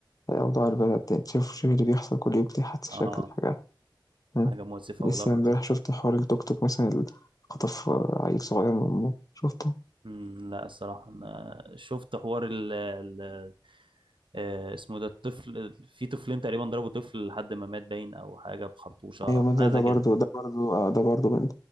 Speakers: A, on the left (about 45°); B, on the right (about 80°).
A: أوضاع البلد دي أنت شوف شوف اللي بيحصل كل يوم دي حادثة
B: اه
A: شكل حاجة فاهم
B: حاجه مؤسفه
A: لسه
B: والله وحزينه
A: امبارح شفت حوار التوك توك مثلا اللي خطف عيل صغير من أمه شفته
B: امم لا الصراحه انا شفت حوار ال ال- آه، اسمه ده الطفل في طفلين تقريبا ضربوا طفل لحد ما مات باين او حاجه بخرطوشه
A: أيوة ما
B: حاجه
A: ده ده
B: زي
A: برضه
B: كده
A: ده برضه آه، ده برضه من